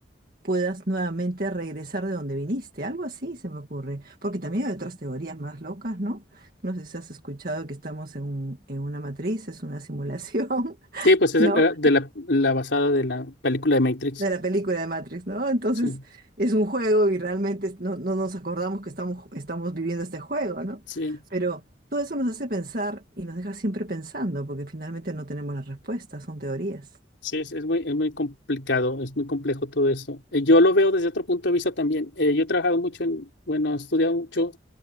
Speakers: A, on the right (about 50°); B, on the left (about 75°).
A: puedas nuevamente regresar de donde viniste, algo así se me ocurre, porque también hay otras teorías más locas, ¿no? No sé si has escuchado que estamos en un- en una matriz, es una simulación, <laughs>
B: Sí, pues es
A: ¿no?
B: de la- de la, la basada de la película de Matrix.
A: De la película de Matrix, ¿no? Entonces
B: Sí,
A: es un juego y realmente es- no, no nos acordamos que estamos, ju- estamos viviendo este juego, ¿no?
B: sí,
A: Pero todo eso nos hace pensar y nos deja siempre pensando, porque finalmente no tenemos las respuestas, son teorías.
B: sí, es, es muy, es muy complicado, es muy complejo todo eso. Eh, Yo lo veo desde otro punto de vista también. Eh, yo he trabajado mucho en, bueno, he estudiado mucho